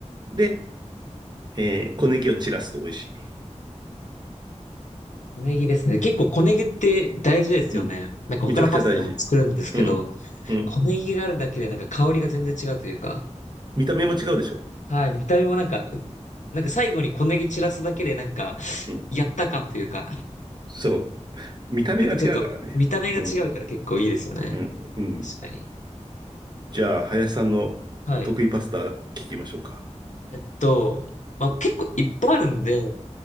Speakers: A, on the right; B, on the left.
A: で、えー小ネギを散らすと美味しい。
B: 小ネギですね。結構小ネギって大事ですよね。
A: うん。
B: なんか他のパスタでも作るんですけど、
A: めちゃくちゃ大事。うん。うん。
B: 小ネギがあるだけでなんか香りが全然違うというか、
A: 見た目も違うでしょ。
B: はい。見た目もなんか、なんか最後に小ネギ散らすだけでなんか、
A: うん。
B: やった感というか、
A: そう。見た目が違うからね。
B: なんかちょっと見た目が違うから結構いいですよね。
A: うん。うん。うん。
B: 確かに。
A: じゃあ、林さんの
B: はい。
A: 得意パスタ聞きましょうか。
B: えっと、まあ、結構いっぱいあるんで、